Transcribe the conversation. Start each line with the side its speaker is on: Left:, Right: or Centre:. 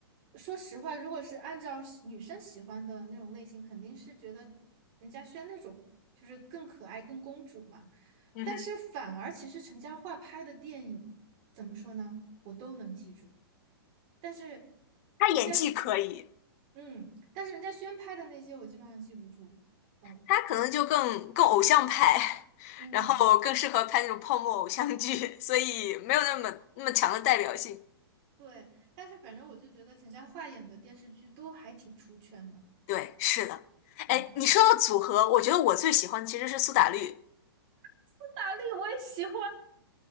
Right: 说实话，如果是按照喜女生喜欢的那种类型，肯定是觉得任嘉轩那种就是更可爱、更公主嘛。
Left: 嗯哼，
Right: 但是反而其实陈嘉桦拍的电影怎么说呢，我都能记住。但是
Left: 他演技可以，
Right: 人家，嗯，但是人家轩拍的那些我基本上记不住。嗯
Left: 他可能就更更偶像派，
Right: 嗯。
Left: 然后更适合拍那种泡沫偶像剧，所以没有那么那么强的代表性。
Right: 对，但是反正我就觉得陈嘉桦演的电视剧都还挺出圈的。
Left: 对，是的。
Right: 嗯，
Left: 哎，
Right: <laughs>
Left: 你说到组合，我觉得我最喜欢其实是苏打绿，
Right: 苏打绿我也喜欢，